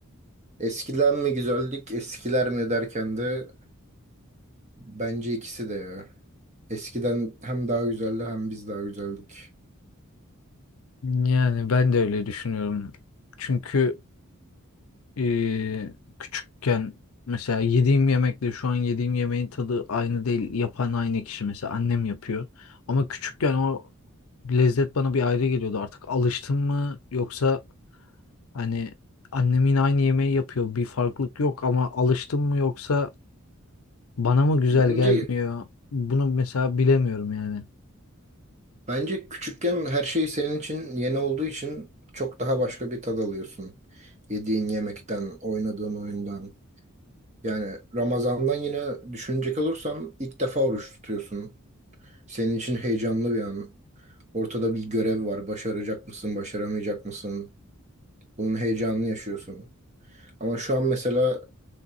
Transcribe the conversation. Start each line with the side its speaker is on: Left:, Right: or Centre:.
Right: Eskiden mi güzeldik, eskiler mi derken de bence ikisi de ya. Eskiden hem daha güzeldi hem biz daha güzeldik.
Left: Yani ben de öyle düşünüyorum. Çünkü Ee, küçükken mesela yediğim yemekle şu an yediğim yemeğin tadı aynı değil. Yapan aynı kişi mesela annem yapıyor. Ama küçükken o lezzet bana bir ayrı geliyordu. Artık alıştım mı yoksa hani annem yine aynı yemeği yapıyor. Bir farklılık yok ama alıştım mı yoksa bana mı güzel
Right: Bence
Left: gelmiyor? Bunu mesela bilemiyorum yani.
Right: bence küçükken her şey senin için yeni olduğu için çok daha başka bir tad alıyorsun. Yediğin yemekten, oynadığın oyundan. Yani Ramazan'dan yine düşünecek olursan ilk defa oruç tutuyorsun. Senin için heyecanlı bir an. Ortada bir görev var. Başaracak mısın, başaramayacak mısın? Bunun heyecanını yaşıyorsun. Ama şu an mesela